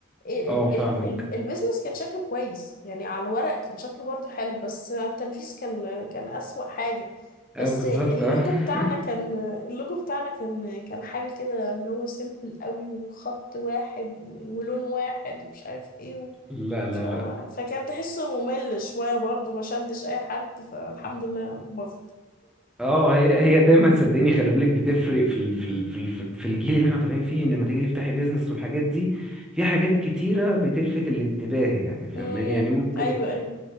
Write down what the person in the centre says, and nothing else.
اه
فاهمك
اه
بالظبط
اه <laughs>
لا لا
لا
اه هي هي دايما صدقيني خلي بالك بتفرق في ال في ال في ال في الجيل اللي احنا طالعين فيه إن لما تيجي تفتحي بيزنس والحاجات دي في حاجات كتيرة بتلفت الانتباه يعني فاهماني
يعني ممكن